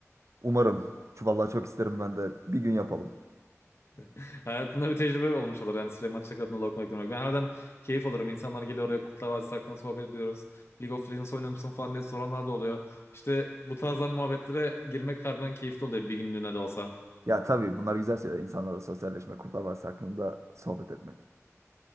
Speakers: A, on the right (about 65°); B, on the left (about 50°).
A: Umarım. Şu Vallahi çok isterim ben de. Bir gün yapalım.
B: <laughs> Hayatında bir tecrübe olmuş olur yani Süleyman Çakır'dan lokma döktürmek. Ben herden keyif alırım. İnsanlar geliyor oraya Kurtlar Vadisi hakkında sohbet ediyoruz. League of Legends oynuyor musun falan diye soranlar da oluyor. İşte bu tarzdan muhabbetlere girmek harbiden keyifli oluyor bir günlüğüne de olsa.
A: Ya tabii bunlar güzel şeyler. İnsanlarla sosyalleşmek, Kurtlar Vadisi hakkında sohbet etmek.